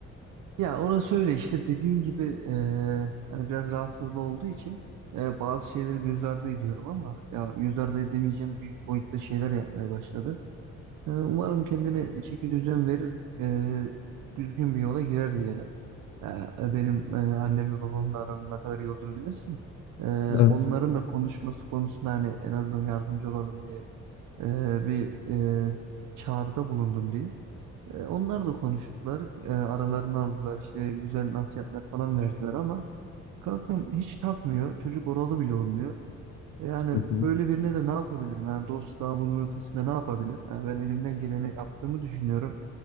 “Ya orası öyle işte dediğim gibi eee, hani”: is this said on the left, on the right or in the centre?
Right